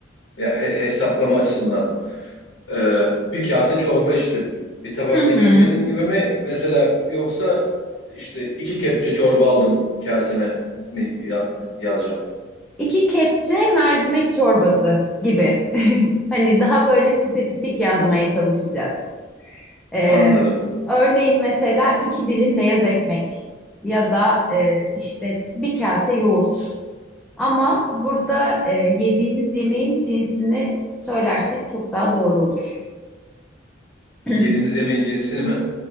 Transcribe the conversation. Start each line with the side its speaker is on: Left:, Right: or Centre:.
Left: ya he- hesaplama açısından. Ee, bir kase çorba içtim. Bir tabak
Centre: Hı hı.
Left: yemek yedim gibi mi? Mesela yoksa işte iki kepçe çorba aldım kaseme mi ya- yazacağım?
Centre: İki kepçe mercimek çorbası gibi. <laughs> Hani daha böyle spesifik yazmaya çalışacağız. Ee,
Left: Anladım.
Centre: örneğin mesela iki dilim beyaz ekmek ya da e, işte bir kase yoğurt. Ama burada e, yediğimiz yemeğin cinsini söylersek çok daha doğru olur. <clears throat>
Left: Yediğimiz yemeğin cinsini mi?